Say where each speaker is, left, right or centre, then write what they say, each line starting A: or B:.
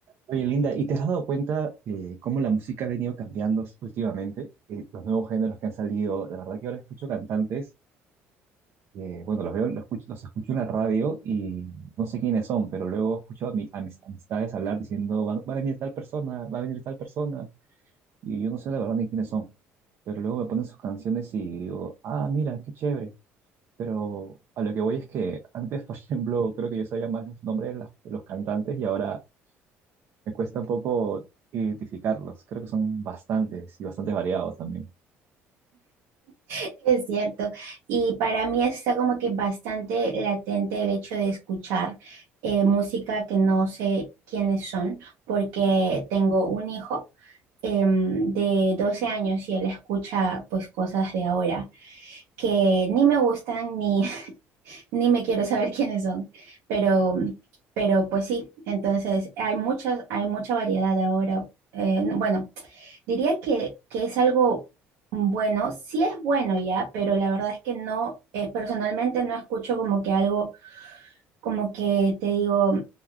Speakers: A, on the right; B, on the right.
A: Oye, Linda, ¿y te has dado cuenta de cómo la música ha venido cambiando últimamente? Eh, los nuevos géneros que han salido, la verdad que ahora escucho cantantes, eh, bueno, los veo, los escucho, los escucho en la radio y no sé quiénes son, pero luego escucho a, mi- a mis amistades hablar diciendo, va, va a venir tal persona, va a venir tal persona, y yo no sé la verdad ni quiénes son, pero luego me ponen sus canciones y digo, ah, mira, qué chévere. Pero a lo que voy es que antes, <laughs> por ejemplo, creo que yo sabía más los nombres de las- de los cantantes y ahora me cuesta un poco identificarlos. Creo que son bastantes y bastante variados también.
B: <laughs> Es cierto, y para mí está como que bastante latente el hecho de escuchar eh, música que no sé quiénes son, porque tengo un hijo em, de 12 años y él escucha pues cosas de ahora que ni me gustan ni, <laughs> ni me quiero saber quiénes son, pero, pero pues sí, entonces hay muchas, hay mucha variedad ahora. eh, bueno, Diría que, que es algo bueno, sí es bueno ya, pero la verdad es que no, eh, personalmente no escucho como que algo, como que te digo,